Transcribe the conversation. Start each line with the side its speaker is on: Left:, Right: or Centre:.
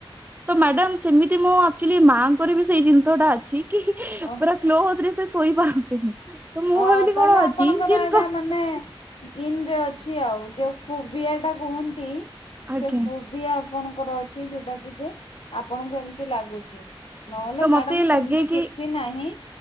Right: ତ ମ୍ୟାଡାମ ସେମିତି ମୁଁ ଆକଚୁଲି ମାଆଙ୍କର ବି ସେଇ ଜିନିଷ ଟା ଅଛି କି ହି ପୁରା
Left: ଓ
Right: କ୍ଲୋଜ ରେ ସେ ଶଇ ପାରନ୍ତିନି। ତ ମୁଁ
Left: ଓ
Right: ଭାବିଲି
Left: ତାହେଲେ
Right: କଣ
Left: ଆପଣଙ୍କର
Right: ଜିନ୍ ଜିନ୍
Left: ଏଇଟା
Right: ପ୍ରୋବ୍ଲେମ
Left: ମାନେ
Right: ଅଛି
Left: ଜିନ ରେ ଅଛି ଆଉ ଯୋଉ ଫୁବିଆ ଟା କୁହନ୍ତି
Right: ଆଜ୍ଞା
Left: ସେ ଫୁ ଫୁବିଆ ଆପଣଙ୍କର ଅଛି ଯୋଉଟା କି ଯେ ଆପଣଙ୍କୁ ଏମିତି ଲାଗୁଚି। ନହେଲେ
Right: ତ
Left: ମ୍ୟାଡାମ
Right: ମତେ ଲାଗେ
Left: ସେମିତି
Right: କି
Left: କିଛି ନାହିଁ